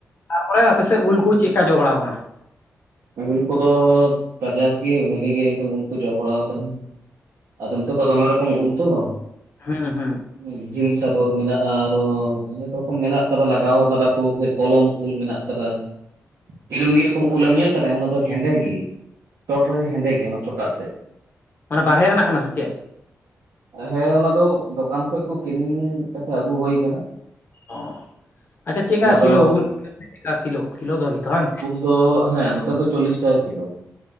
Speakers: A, on the left (about 45°); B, on the right (about 80°).
A: ᱛᱟᱨᱯᱚᱨᱮ ᱟᱯᱮᱥᱮᱫ ᱩᱞ ᱠᱚ ᱪᱮᱫᱞᱮᱠᱟ ᱡᱚ ᱵᱟᱲᱟᱣᱟᱠᱟᱱᱟ ᱾
B: ᱩᱞ ᱠᱚᱫᱚ, ᱠᱟᱡᱟᱠ ᱜᱮ ᱵᱷᱟᱹᱜᱤ ᱜᱮ ᱮᱠᱫᱚᱢ ᱩᱞ ᱠᱚ ᱡᱚ ᱵᱟᱲᱟᱣᱟᱠᱟᱱᱟ ᱾ ᱟᱫᱚ ᱱᱚᱛᱮ ᱫᱚ ᱫᱚᱢᱮ ᱨᱚᱠᱚᱢ ᱩᱞ ᱛᱚ ᱾
A: ᱦᱩᱸ-ᱦᱩᱸ ᱾
B: ᱦᱮ ᱡᱷᱤᱢ ᱥᱟᱜᱚᱨ ᱢᱮᱱᱟᱜᱼᱟ ᱟᱨᱚ ᱚᱱᱮ ᱨᱚᱠᱚᱢ ᱢᱮᱱᱟᱜ ᱠᱟᱫᱟ ᱞᱟᱜᱟᱣ ᱠᱟᱫᱟ ᱠᱚ ᱯᱷᱤᱨ ᱠᱚᱞᱚᱢ ᱩᱞ ᱢᱮᱱᱟᱜ ᱾ ᱟᱠᱟᱫᱟ ᱾ᱮᱠᱫᱚᱢ ᱢᱤᱫ ᱨᱚᱠᱚᱢ ᱩᱞᱮᱢ ᱧᱮᱞ ᱟᱠᱟᱫᱟ? ᱚᱱᱟ ᱫᱚ ᱦᱮᱸᱫᱮ ᱜᱮ ᱴᱚᱴ ᱨᱮᱫᱚ ᱦᱮᱸᱫᱮ ᱜᱮ ᱚᱱᱟ ᱪᱚᱠᱟᱜ ᱛᱮ
A: ᱢᱟᱱᱮ ᱵᱟᱨᱦᱮ ᱨᱮᱱᱟᱜ ᱠᱟᱱᱟ ᱥᱮ ᱪᱮᱫ
B: ᱦᱮᱸ ᱚᱱᱟ ᱫᱚ ᱫᱚᱠᱟᱱ ᱠᱷᱚᱡ ᱠᱚ ᱠᱤᱨᱤᱧ ᱠᱟᱛᱮᱜ ᱟᱹᱜᱩ ᱦᱳᱭ ᱟᱠᱟᱱᱟ
A: ᱚ ᱟᱪᱪᱷᱟ ᱪᱮᱫᱠᱟ ᱠᱤᱞᱳ
B: ᱫᱚ
A: ᱩᱞ ᱪᱮᱫ ᱞᱮᱠᱟ ᱠᱤᱞᱳ ᱠᱤᱞᱳ ᱫᱚᱨ ᱜᱮᱛᱚ ᱵᱟᱝ
B: ᱛᱚ ᱦᱮᱸ ᱱᱚᱛᱮ ᱫᱚ ᱪᱚᱞᱞᱤᱥ ᱴᱟᱠᱟ ᱠᱤᱞᱳ